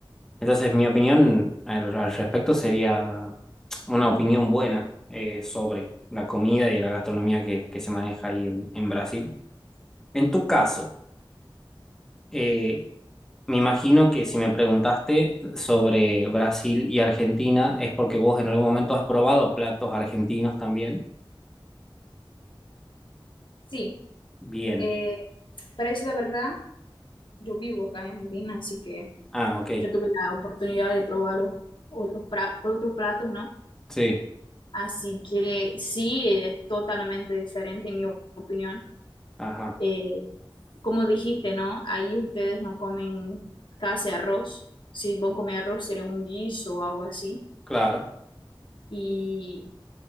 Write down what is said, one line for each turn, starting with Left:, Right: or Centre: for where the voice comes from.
Centre: Entonces, mi opinión al, al respecto sería una opinión buena eh, sobre la comida y la gastronomía que, que se maneja ahí en, en Brasil. En tu caso, eh, me imagino que si me preguntaste sobre Brasil y Argentina es porque vos en algún momento has probado platos argentinos también.
Left: Sí,
Centre: Bien.
Left: eh, para decir la verdad, yo vivo acá en Argentina, así que
Centre: Ah, ok.
Left: yo tuve la oportunidad de probar los otros, pra- otros platos, ¿no?
Centre: Sí.
Left: Así que sí, es totalmente diferente en mi opinión.
Centre: Ajá.
Left: Eh, como dijiste, ¿no? Ahí ustedes no comen casi arroz. Si vos comés arroz, sería un guiso o algo así.
Centre: Claro.
Left: Y